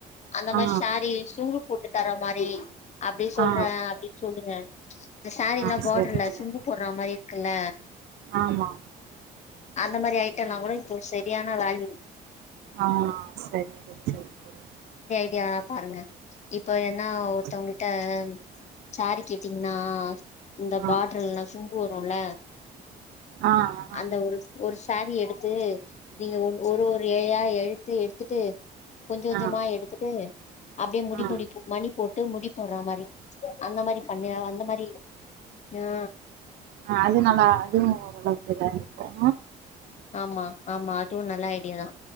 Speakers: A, on the left; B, on the right.
A: அந்த
B: ஆ
A: மாரி சாரி சுங்கு போட்டு தர மாரி அப்டி சொல்றே
B: ஆ
A: அப்டின் சொல்லுங்க இந்த சாரிலா
B: ஆ
A: பார்ட்ருல
B: சரி சரி
A: சுங்கு போட்றா மாரி கில்ல
B: ஆமா
A: அந்த மாரி ஐட்டலா கூட இது செரியான வேல்யூ
B: ஆஹ் செரிங்க தோழி செரிங்க தோழி
A: யா பாருங்க இப்ப என்னா ஒருத்தவ்ங்கிட்ட
B: சரி.
A: சாரி கேட்டீங்னா இந்த
B: ஆ
A: பார்டர்லநாச்சு பீரோல்ல
B: ஆ ஆ
A: அந்த ஒரு ஒரு சாரி எ ச்சு நீங்க ஒன் ஒரு
B: ஆ
A: ஒரு ஏயா எழுத்து எடுத்துட்டு கொஞ்ச கொஞ்சமா
B: ஆ ஆ
A: எடுத்துட்டு அப்டியே முடி
B: ஆ
A: முடிப்பு மணிப் போ ட்டு முடி போட்ற மாரி அந்த மாரி பண்ணு அந்த மாரி யா
B: ஆஹ் அது நல்லா அதுவு ஓரளவுக்கு இதா இருக்கு
A: ஆமா ஆமா அதுவு நல்ல ஐடியா தா